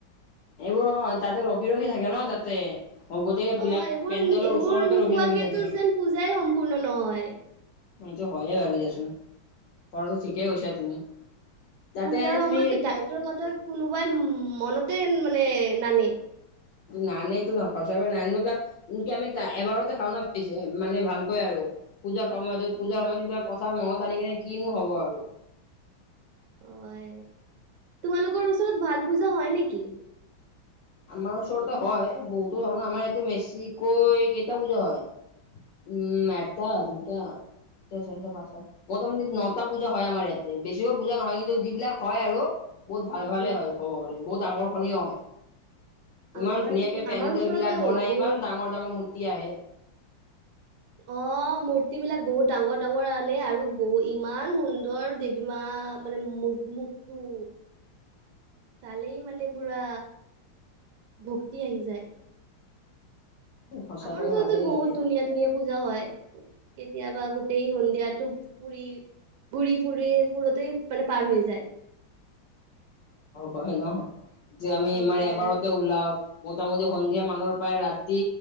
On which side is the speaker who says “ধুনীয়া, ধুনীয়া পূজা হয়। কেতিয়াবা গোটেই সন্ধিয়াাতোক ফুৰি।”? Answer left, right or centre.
Right